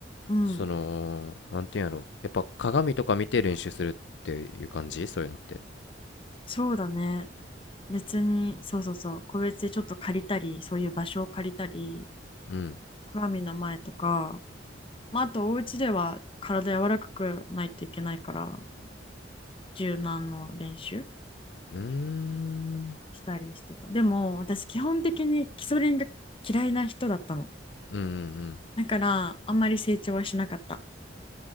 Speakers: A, on the left (about 30°); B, on the left (about 70°).
A: うん。
B: その、なんていうんやろ。やっぱ鏡とか見て練習するっていう感じそういうのって。
A: そうだね。別に、そうそうそう。個別でちょっと借りたり、そういう場所を借りたり、
B: うん。
A: 鏡の前とか、まあ、あとお家では体柔らかくないといけないから、柔軟の練習
B: うーん。
A: したりしてた。でも、私基本的に基礎練が嫌いな人だったの。
B: うんうんうん。
A: だからあんまり成長はしなかった。